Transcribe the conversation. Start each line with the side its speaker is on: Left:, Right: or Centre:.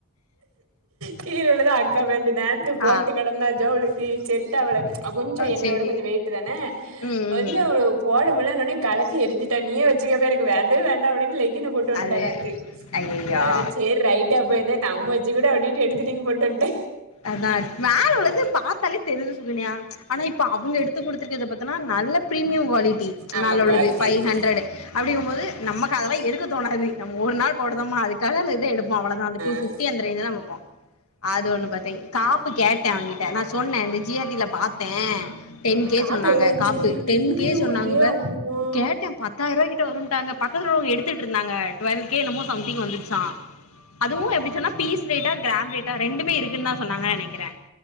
Right: கீழ உள்ளது அக்கா பேண்டு நேத்து போட்டு
Left: ஆ
Right: கெடந்த ஜோலிக்கு செட்டாவுள அவ் கொஞ்சோ
Left: ஓ
Right: என்ன
Left: சேரி
Right: விட கொஞ்சு வெய்ட்டு்தான
Left: ம்
Right: கொஞ்சோ
Left: ம்
Right: போட முலன்னோனே கலட்டி எறிஞ்சிட்டா நீயே வச்சுக்கோப எனக்கு வேண்டவே வேண்டா அப்டின்ட்டு லெகின போட் டுவண்ட்டா
Left: அது
Right: நேத்து
Left: ஐயய்யோ
Right: பெற சேர் ரைட்டு அப்ப இத நம்ம வச்சுகுடு அப்டின்ட்டு எடுத்து தூக்கி போட்டு வன்ட்ட
Left: அதா மேல உள்ளது பாத்தாலே தெரிது சுகண்யா ஆனா இப்ப அவுங்க எடுத்து குடுத்துருக்கது பாத்தனா நல்ல பீரிமியம் குவாலிட்டி
Right: ஆமா
Left: மேல
Right: குவாலிட்டி
Left: உள்ளது ஃபை
Right: இருக்கு
Left: ஹண்ட்ரடு அப்டிங்கும்போது நமக்கு அதெல்லா எடுக்க தோணாது நம்ம ஒரு நாள் போடுதாமா அதுக்காக இந்த இது எடுப்போ அவளதா அந்த டூ
Right: ஆ
Left: ஃபிஃப்டி அந்த ரேன்ஞ்தா பாப்போ அது ஒன்னு பாத் காப்பு கேட்டே அவங்கிட்ட நா சொன்னே இந்த ஜி ஆர் டி ல பாத்தே டென்
Right: எனக்கு
Left: கே
Right: ஆப்
Left: சொன்னாங்க
Right: எவ்ளோ இருந்துச்சு
Left: காப்பு டென் கே
Right: ஓ
Left: சொன்னாங்க
Right: ஏ
Left: ப
Right: அம்மா
Left: கேட்டே பத்தாயிர்ரூவாகிட்ட வருன்ட்டாங்க பக்கத்துல உள்ளவ்ங்க எடுத்துக்கிட்ருந்தாங்க டுவெல் கே என்னமோ சம்திங் வந்துச்சா அதுவு எப்டி சொன்னா பீஸ் ரேட்டா கிராம் ரேட்டா ரெண்டுமே இருக்குன் தா சொன்னாங்க நெனைக்கிறே